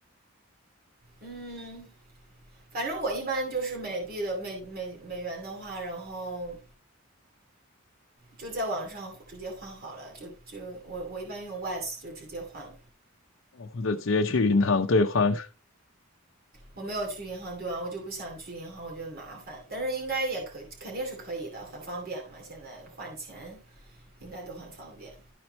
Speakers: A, on the right; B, on the left.
A: 嗯，反正我一般就是美币的美美美元的话，然后就在网上直接换好了，就就我我一般用 Wise 就直接换了。
B: 哦，或者直接去银行兑换？
A: 我没有去银行兑完，我就不想去银行，我觉得麻烦。但是应该也可以，肯定是可以的，很方便嘛。现在换钱应该都很方便。